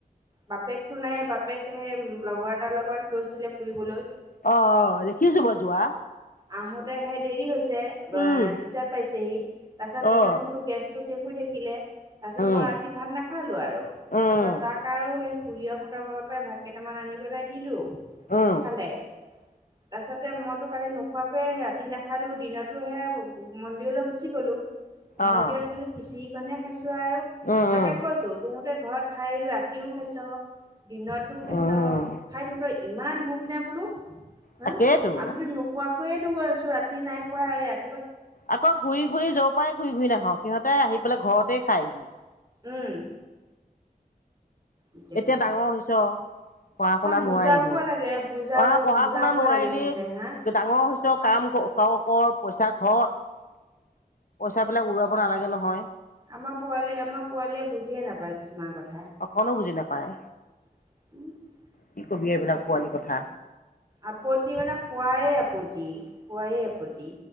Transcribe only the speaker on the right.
বাপেকটো নাই বাপেক হেই লগৰ এটাৰ লগত গৈছিলে ফুৰিবলৈ।
আহোঁতে সেই দেৰি হৈছে, এ
দুটাত পাইছেহি, তাৰ পাছত সিদিনাখনতো
গেছটো শুই থাকিলে, তাৰপিছত
মই ৰাতি ভাত নাখালো আৰু,
তাৰপিছত তাক আৰু সেই খুুৰীয়েকহঁতৰ ঘৰৰ পৰাই ভাত কেইটামান আনিবলৈ দিলো,
খালে। তাৰপাছতে মইতো কালি নোখোৱাকৈয় ৰাতি নাখালো, দিনতো সেয়া মন্দিৰলৈ গুচি গলো। মন্দিৰত
খালি খিচিৰিকণহে খাইছোঁ আৰু,
তাকে
কৈছোঁ তঁহুতে ঘৰত খাই ৰাতিও খাইছোঁ, দিনতো খাইছোঁ
খাই <unintelligible> ইমান ভোক নে বোলো, হা,
আমিতো নোখোৱাক <unintelligible> আছো ৰাতি নাই কোৱা ইয়াত
উম। একেবাৰে
অকণ
বুজা হ'ব লাগে বুজা
বুজা
হ'ব
লাগে তহঁতে হা
আমাৰ পোৱালি, আমাৰ পোৱালীয়ে বুজিয়ে নাপায় কিছুমান কথ
<inaudible>
আপত্তি মানে খোৱায়ে আপত্তি, খোৱাই আপত্তি।